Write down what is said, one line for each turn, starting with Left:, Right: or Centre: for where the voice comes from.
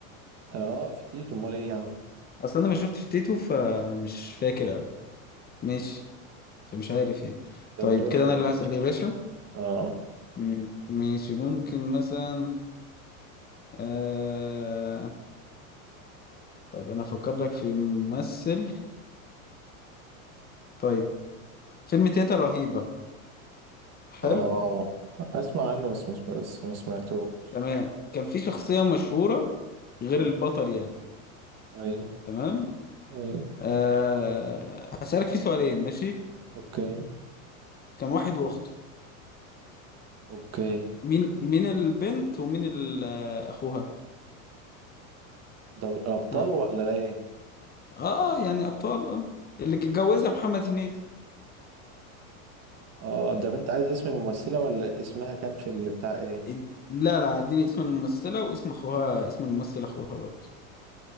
Right: اه في تيتو أمال إيه يا عم
Left: اصلا انا ما شفتش تيتو فمش فاكر قوي ماشي فمش عارف يعني
Right: ده
Left: طيب
Right: بدورك
Left: كده انا
Right: يا باشا
Left: اللي هسأل يا باشا
Right: اه
Left: مم. ماشي ممكن مثلا آه... طيب انا افكر لك في ممثل طيب فيلم تيتا رهيبة حلو
Right: اه أسمع عنه بس مس- بس ما سمعتوش
Left: تمام كان في شخصية مشهورة غير
Right: أيوه
Left: البطل يعني
Right: أيوه
Left: تمام
Right: أيوه
Left: أه هسألك في سؤالين ماشي
Right: أوكي
Left: كم واحد واخته
Right: أوكي
Left: مين مين البنت ومين ال- آه، اخوها
Right: ده الأبطال
Left: ها
Right: ولا إيه؟
Left: اه يعني ابطال اه اللي اتجوزها محمد هنيدي
Right: اه ده أنت عايز اسم الممثلة ولا اسمها كان في اللي بتاع إيه؟
Left: إد- لا لا اديني اسم الممثلة واسم اخوها اسم الممثل اخوها برضه